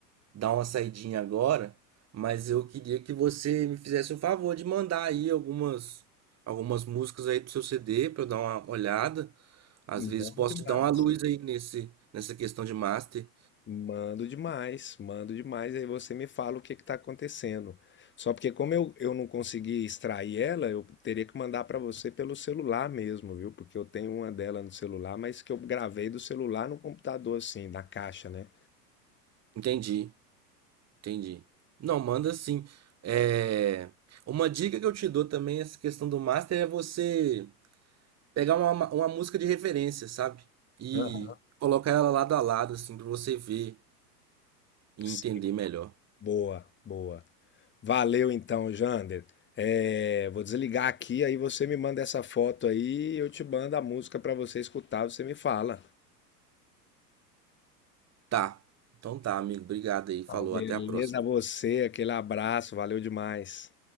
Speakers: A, on the right (about 30°); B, on the left (about 20°).
A: dar uma saidinha agora, mas eu queria que você me fizesse o favor de mandar aí algumas algumas músicas aí pro seu CD para eu dar uma olhada. Às vezes
B: Bom
A: posso
B: demais.
A: te dar uma luz aí nesse nessa questão de master.
B: Mando demais, mando demais. Aí você me fala o que está acontecendo. Só porque como eu, eu não consegui extrair ela, eu teria que mandar para você pelo celular mesmo, viu? Porque eu tenho uma dela no celular, mas que eu gravei do celular no computador, assim, na caixa, né?
A: Entendi, entendi. Não, manda sim. É... Uma dica que eu te dou também, essa questão do master, é você pegar uma, uma música de referência, sabe? E
B: Aham.
A: colocar ela lado a lado, assim, pra você ver e
B: Sim.
A: entender melhor.
B: Boa, boa. Valeu então, Jander. É, vou desligar aqui, aí você me manda essa foto aí, eu te mando a música para você escutar, você me fala.
A: Tá. Então tá, amigo. Obrigado aí. Falou.
B: Tá, Beleza,
A: Até a próxima.
B: a você, aquele abraço, valeu demais.